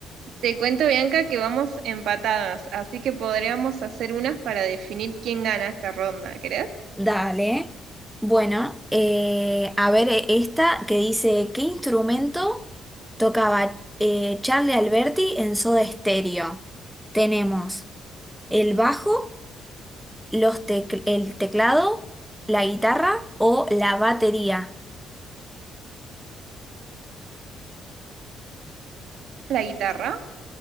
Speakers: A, on the right; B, in the centre.
A: Te cuento, Bianca, que vamos empatadas, así que podríamos hacer unas para definir quién gana esta ronda. ¿Querés?
B: Dale. Bueno, eh, a ver eh, esta que dice, ¿qué instrumento tocaba eh, Charlie Alberti en Soda Stereo? Tenemos el bajo, los tec- el teclado, la guitarra o la batería.
A: ¿La guitarra?